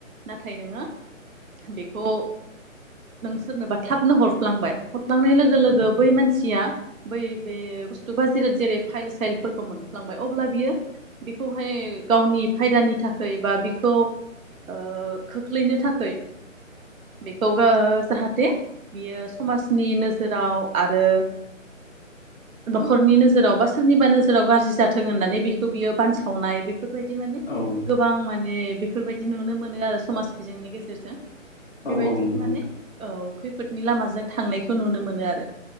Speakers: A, on the right (about 85°); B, on the left (about 45°).
A: नाथाय नोङो बेखौ नों सोरनोबा थाबनो हरफ्लांबाय हाबलांनाय लोगो लोगो बै मानस सिया बै बे बसथु बा जेरै फाइल साइलफोरखौ मोनफ्लांबाय अब्ला बियो बेखौहाय गावनि फायदानि थाख खै बा बिखौ ओ खोख्लैनो थाखै बेखौ गो जाहाथे बियो समाजनि नोजोराव आरो न'खरनि नोजोराव बा सोरनिबा नोजोराव गाज्रि जाथों होननानै बेखौ बियो बानसावनाय बेफोरबायदि माने
B: औ औ
A: आं माने बेफोरबायदि नुनो मोनो आरो समाज बिजोंनि गेजेरजों
B: औ
A: बेबायदिनो
B: औ नंगौ
A: माने
B: नोंथां
A: औ खैफो फोदनि लामाजों थांनायखौ नुनो मोनो आरो